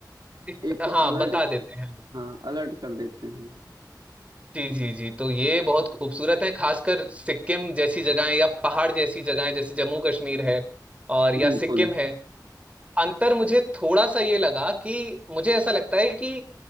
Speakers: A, on the right (about 15°); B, on the right (about 70°).
A: एक-
B: एक तो
A: हाँ
B: अलर्ट
A: बता देते हैं
B: हाँ अलर्ट कर देते हैं
A: जी जी जी तो ये बहुत खूबसूरत है खासकर सिक्किम जैसी जगहें या पहाड़ जैसी जगहें जैसे जम्मू कश्मीर है और या
B: बिल्कुल
A: सिक्किम है अंतर मुझे थोड़ा सा ये लगा कि मुझे ऐसा लगता है कि